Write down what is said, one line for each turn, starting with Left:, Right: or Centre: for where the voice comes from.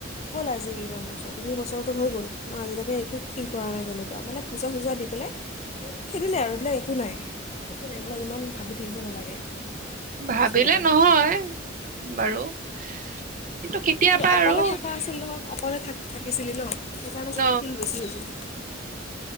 Left: হ'ল আজি ইমান বছৰ তিনি বছৰৰতো হৈ গ'ল। মই আজিলৈকে একো ফিল কৰা নাই তেনেকুৱা মানে পূজা-চূজা দি পেলাই খেলিলে আৰু এইবিলাক একো নাই একো নাই এইবিলাক ইমান ভাবি থাকিব নালাগে।
Right: ভাবিলে
Left: আচলতে
Right: নহয় বাৰু <inaudible> কেতিয়াবা
Left: কিন্তু অকলে
Right: আৰু
Left: থাকা আছিল নহয়। অকলে থাক থাকিছিলি ন। সেইকাৰণে
Right: ন
Left: চাগে ফিল বেছি হৈছিলে।